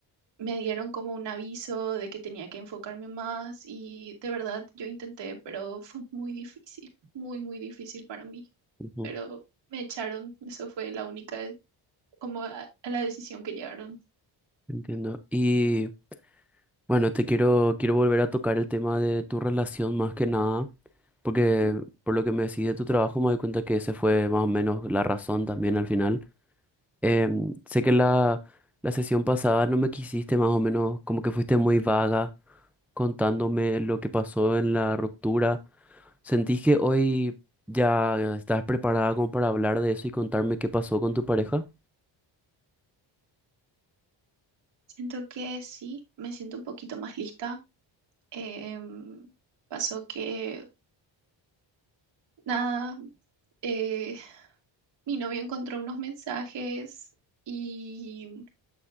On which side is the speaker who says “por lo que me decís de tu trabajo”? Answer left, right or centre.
Centre